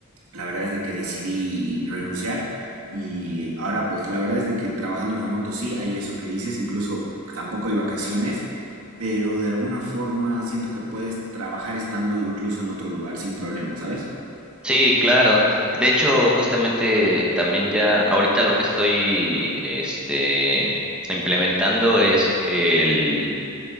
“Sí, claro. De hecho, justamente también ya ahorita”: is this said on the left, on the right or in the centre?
Centre